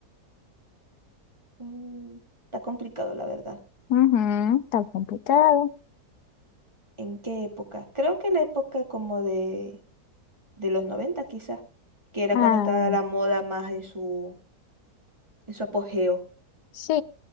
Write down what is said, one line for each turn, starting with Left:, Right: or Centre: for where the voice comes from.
Right: mm, está complicado, la verdad.
Left: Ujú, está complicado.
Right: ¿En qué época? Creo que la época como de, de los 90 quizás, que era
Left: Ah,
Right: cuando estaba la moda más en su, en su apogeo.
Left: Sí,